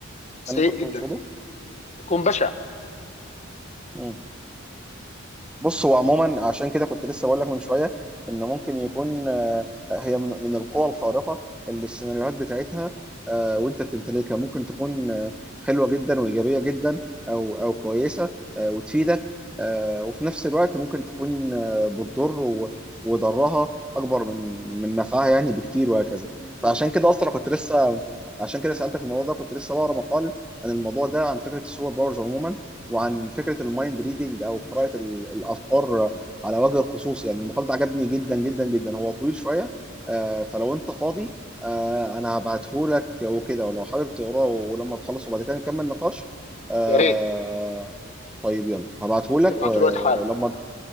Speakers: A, on the left (about 35°); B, in the centre.
A: سيء
B: ده اللي انت تقصده؟
A: جدا يكون بشع
B: مم. بص هو عموما عشان كده كنت لسه بقول لك من شويه ان ممكن يكون آه، هي من من القوى الخارقه اللي السيناريوهات بتاعتها آه، وانت بتمتلكها ممكن تكون آه، حلوه جدا وايجابيه جدا او او كويسه آه، وتفيدك آه، وفي نفس الوقت ممكن تكون آه، بتضر و- وضرها اكبر من من نفعها يعني بكتير وهكذا
A: م-
B: فعشان
A: م.
B: كده اصلا كنت لسه عشان كده سالتك الموضوع ده كنت لسه بقرا مقال عن الموضوع ده عن فكره السوبر باورز عموما وعن فكره المايند ريدنج او قراءه ال- الافكار على وجه الخصوص يعني المقال ده عجبني جدا جدا جدا هو طويل شويه آه، فلو انت فاضي آه، انا هبعته لك وكده ولو حابب تقراه ولما تخلص وبعد كده نكمل نقاش آه،
A: يا ريت
B: طيب يلا هبعته لك
A: ابعتوا
B: ولما
A: الوقت حالا